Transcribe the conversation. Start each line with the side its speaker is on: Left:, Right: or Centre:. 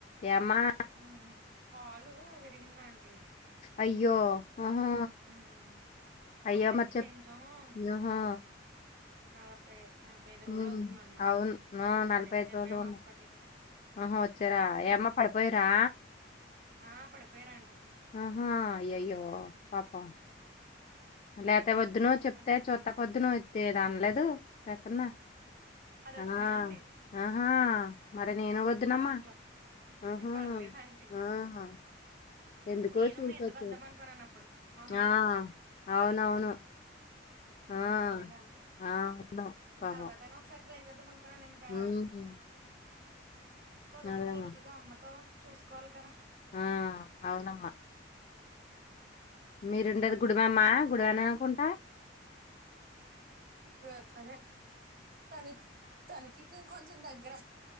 Left: ఏమ్మా
Right: ఉమ్ కాలు విరిగిందాంటీ
Left: అయ్యో ఆహా
Right: ఉమ్
Left: అయ్యో
Right: ఆపరేషన్
Left: మరి చెప్
Right: చేయించాం
Left: ఆహా
Right: నలభై నలభై ఐదు
Left: హ్మ్.
Right: రోజులు అవుతుందనమాట
Left: అవును. ఆ!
Right: నిన్నే నిన్నే
Left: రోజులు ఉన్న
Right: హాస్పిటల్
Left: ఆహా వచ్చార ఏమ్మా పడిపోయారా
Right: ఆ పడిపోయారు ఆంటీ
Left: ఆహా అయ్యయ్యో పాపం
Right: ఉమ్.
Left: లేతే వద్దును
Right: ఇప్పుడు
Left: చెప్తే
Right: కొంచెం
Left: చూస్తక
Right: పర్లేదు
Left: వద్దును ఇది అనలేదు కాకున్నా
Right: అది వచ్చిందంటీ
Left: ఆ ఆహా మ నేను వద్దునమ్మా
Right: తణుకులో
Left: ఆహా
Right: పర్లేదు ఆంటీ
Left: ఆ ఎందుకో
Right: నేను
Left: చూసొచ్చా
Right: మీ ఇంటికి వద్దాం అనుకున్నాను అప్పుడు మా ఫ్రెండ్స్
Left: ఆ అవునవును ఆ!
Right: అవ్వలేదానికి
Left: ఆ! అవును. పాపం.
Right: తర్వాత అయినా ఒకసారి ట్రై చేద్దాం అనుకున్నాను ఇంకా
Left: హ్మ్.
Right: కుదరట్లేదు
Left: అదేమో.
Right: ఇదుగో అమ్మతో చూసుకోవాలి కదా
Left: ఆ అవునమ్మా మీరుండేది గుడివమ్మ గుడివని అనుకుంటా
Right: గా అదే తని తనకికీ కొంచెం దగ్గర